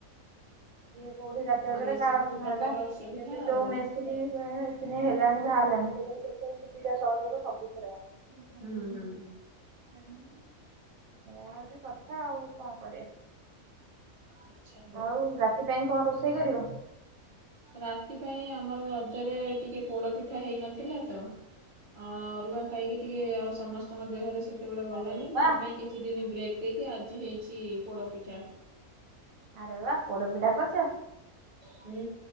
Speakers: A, on the right; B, on the right.
A: ଇଏ କୋଉଠି ରାତି
B: ଆଉ
A: ଅ ଦରେ
B: ଏଇ
A: କାର
B: ସବୁ
A: କଣ
B: ପ୍ରକାର
A: ହେଲା
B: ଅସୁବିଧା
A: ଏବେ ଯୋଉ
B: ଆଉ।
A: ମେସିନି ଫେସିନି ହେଲାଣି ବାହାରିଲାଣି ସେଥିରେ। ସେ ସୁବିଧା ସହଯୋଗ ସବୁଥିରେ ବା
B: ହୁଁ ହୁଁ।
A: ଏଇୟା ହଉଛି କଥା ଆଉ କଣ କରିବା
B: ଆଚ୍ଛା ହଉ।
A: ଆଉ ରା ତି ପାଇଁ କଣ ରୋଷେଇ କରିବ?
B: ରାତି ପାଇଁ ଆମର ରଜରେ ଟିକେ ପୋଡ ପିଠା ହେଇନଥିଲା ତ। ଆ ଅରୁଆ ଖାଇକି ଟିକେ ଆଉ ସମସ୍ତଙ୍କ ଦେହରେ ସେତେବେଳେ ଗଲାନି
A: ଆରେ
B: ସେଥିପାଇଁ।
A: ବା
B: କିଛି ଦିନ ବ୍ରେକ୍ ଦେଇକି ଆଜି ହେଇଛି ପୋଡ ପିଠା।
A: ଆରେ ବା ପୋଡ଼ ପିଠା କରୁଛ?
B: ହୁଁ,